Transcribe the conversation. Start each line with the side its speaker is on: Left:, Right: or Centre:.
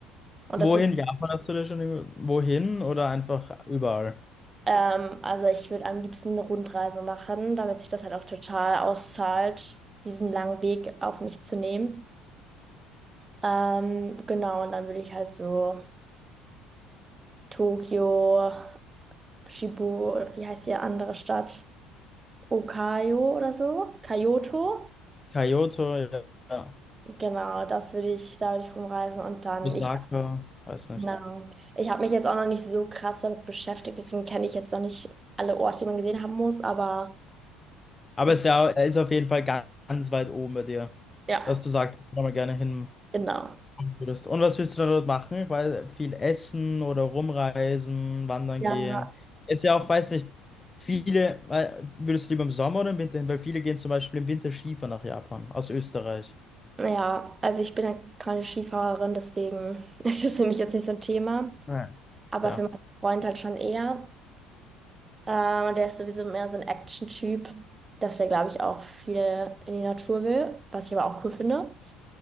Right: Und
Left: Wohin
Right: das würde,
Left: Japan hast du da schon? über- Wohin oder einfach überall?
Right: ähm, also ich würde am liebsten eine Rundreise machen, damit sich das halt auch total auszahlt, diesen langen Weg auf mich zu nehmen. Ähm, genau, und dann würde ich halt so Tokio, Shibu, oder wie heißt die andere Stadt? Okayo oder so? Kyoto.
Left: Kyoto, ja. ja.
Right: Genau, das würde ich, da würde ich rumreisen und dann,
Left: Osaka,
Right: ich
Left: weiß nicht.
Right: Genau. Ich habe mich jetzt auch noch nicht so krass damit beschäftigt, deswegen kenne ich jetzt noch nicht alle Orte, die man gesehen haben muss, aber
Left: Aber
Right: ich,
Left: es wär, er ist auf jeden Fall ga- ganz weit oben bei dir,
Right: ja,
Left: dass du sagst, dass du da mal gerne hin
Right: genau.
Left: würdest. Und was willst du da dort machen? Weil viel essen oder rumreisen, wandern
Right: Ja,
Left: gehen. Ist ja auch, weiß nicht, viele, weil- würdest du lieber im Sommer oder im Winter hin? Weil viele gehen zum Beispiel im Winter Skifahren nach Japan, aus Österreich.
Right: ja, also ich bin ja keine Skifahrerin, deswegen <laughs> ist das für mich jetzt nicht so ein Thema,
Left: Ja.
Right: aber
Left: Ja.
Right: für meinen Freund halt schon eher. Ähm, und der ist sowieso mehr so ein Action-Typ, dass der, glaube ich, auch viel in die Natur will, was ich aber auch cool finde.